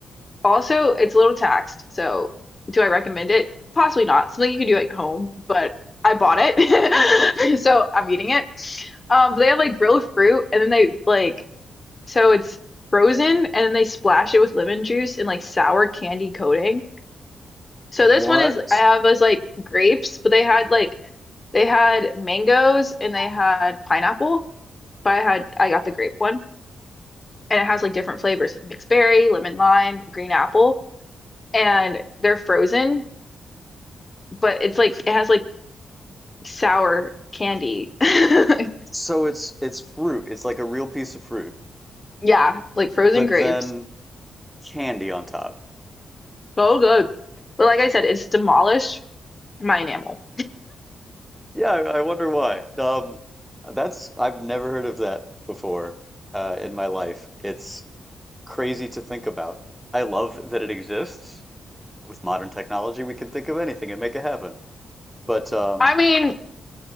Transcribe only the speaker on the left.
Also, it's a little taxed, so do I recommend it? Possibly not. Something you can do at home, but I bought it, <laughs> so I'm eating it. Um, but they have like real fruit, and then they like so it's frozen, and then they splash it with lemon juice and like sour candy coating. So this
one is I have was like grapes, but they had like they had mangoes and they had pineapple, but I had I got the grape one, and it has like different flavors like mixed berry, lemon lime, green apple and they're frozen, but it's like it has like sour candy. <laughs>
Yeah, like frozen
grapes.
So good. But like I said, it's demolished my enamel.
I mean,